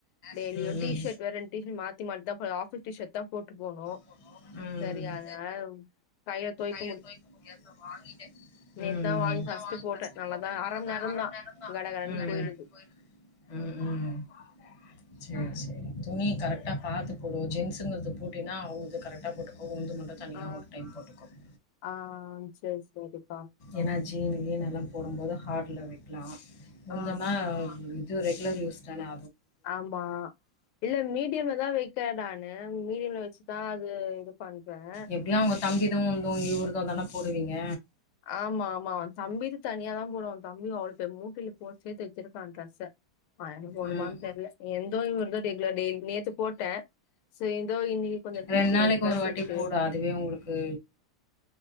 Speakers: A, on the left; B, on the left.
A: டெய்லியும்
B: சேரி
A: டி ஷர்ட் வேற டீ ஷர்ட் மாத்தி மாத்தி தா ஆபீஸ் டீஷர்ட் தா போட்டு போணும்
B: போனு
A: சரி அதனால கைல துய்
B: உம் உம்
A: நேத்து தான் வாங்கி ஃபர்ஸ்ட்டு போட்டேன்.
B: உம்
A: நல்லா தான் மணி நேரம் தான்.
B: உம்
A: கடகடன்னு போயிடுது.
B: உம் சேரி சேரி துணி கரெக்டா பாத்து போடு ஜென்சுங்கனது போட்டினா அவுங்கது கரெக்டாக போட்டுக்கங் மட்டும் தனியா
A: ஆ,
B: ஒரு டைம் போட்டுக்க
A: ஆ சரி, சரிப்பா.
B: ஏன ஜீன்னுகினுலாம் போடும்போது ஹார்ட் ள்ள வைக்கலாம் <unintelligible>
A: ஆ,
B: ரெகுலர் யூஸ்னா
A: ஆமா. இல்ல மீடியம்ல தான் வைக்கிறேன் நானு. மீடியம்ல வச்சு தான் அது இது பண்றேன்.
B: எப்படினஅவங்க தம்பிதும் வ <unintelligible> போடுவீங்க
A: ஆமா ஆமா அவன் தம்பிக்கு தனியா தான் போடுவோம் அவன் தம்பி அவள பே மூட்டில போச்சே தைச்சிருக்கான் ட்ரெஸ்ஸ அவன் எனக்கு போடுவான்னு
B: உம்
A: தெர்ல. என்தோ இவன்தோ ரெகுலர் டெய்லி நேத்து போட்டேன். சரி ஏதோ இன்னைக்கு கொஞ்சோ
B: ரெண்டு நாளைக்கு
A: ட்ரெஸ்
B: ஒரு வாட்டி
A: இருக்கு
B: போடு அதுவே உங்களுக்கு